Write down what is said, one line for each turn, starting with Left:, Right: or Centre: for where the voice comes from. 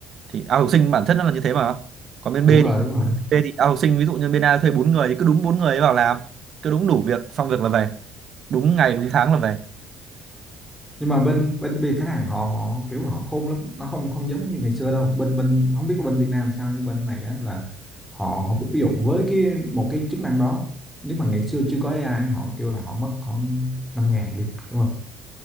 Right: thì out học sinh bản chất nó là như thế mà còn bên
Centre: đúng
Right: B thì
Centre: rồi đúng rồi
Right: B thì out học sinh ví dụ như bên A thuê bốn người thì cứ đúng bốn người ấy vào làm cứ đúng đủ việc xong việc là về đúng ngày đúng tháng là về
Centre: nhưng mà bên bên bên khách hàng họ họ kiểu họ khôn lắm nó không không giống như ngày xưa đâu bên bên không biết là bên Việt Nam sao nhưng bên này á, là họ họ biết ví dụ với cái một cái chức năng đó nếu mà ngày xưa chưa có AI họ kêu là họ mất khoảng năm ngàn đi đúng không